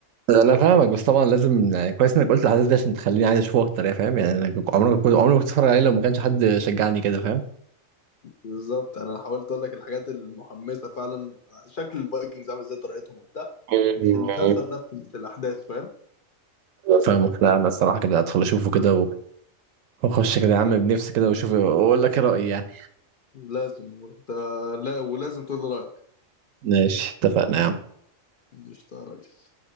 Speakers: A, on the right; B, on the left.
A: انا فاهمك بس طبعا لازم يعني كويس انك قلت الحدث ده عشان تخليني عايز اشوفه اكتر يعني فاهم يعني انا كنت- عمري ما كنت عمري ما كنت اتفرج عليه لو ما كانش حد شجعني كده فاهم
B: بالظبط انا حاولت اقول لك الحاجات المحمسه فعلا شكل الفايكنجز عامل ازاي طريقتهم وبتاع
A: مم.
B: مش المسلسل اه نفسه مش الاحداث فاهم
A: فاهم لا انا الصراحه كده ادخل اشوفه كده نخش كده يا عم بنفسي كده واشوف واقول لك ايه رأيي يعني
B: لازم وانت لا ولازم تقول لي رايك
A: ماشي اتفقنا يا عم
B: قشطة يا ريس